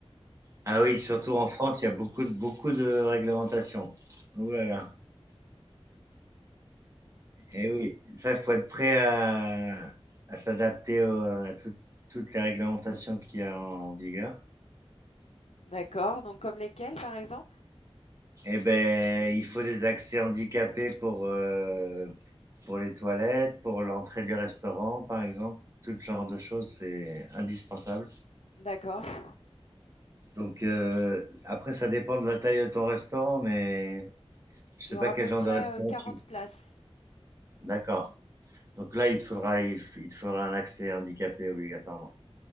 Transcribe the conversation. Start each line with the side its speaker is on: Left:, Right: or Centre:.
Right: Ah
Left: Sécurité.
Right: oui, surtout en France, il y a beaucoup de, beaucoup de réglementations. Ouh là là. Eh oui, ça, il faut être prêt à, à s'adapter au- à tout- toutes les réglementations qu'il y a en vigueur.
Left: D'accord, donc comme lesquels par exemple?
Right: Eh ben, il faut des accès handicapés pour, euh, pour les toilettes, pour l'entrée des restaurants, par exemple. Tout ce genre de choses, c'est indispensable.
Left: D'accord.
Right: Donc, euh, après, ça dépend de la taille de ton restaurant, mais Je sais
Left: Il y
Right: pas
Left: aura
Right: quel
Left: à peu
Right: genre
Left: près
Right: de restaurant
Left: euh, 40
Right: tu...
Left: places.
Right: D'accord. Donc là, il te faudra, il, f- il te faudra un accès handicapé obligatoirement.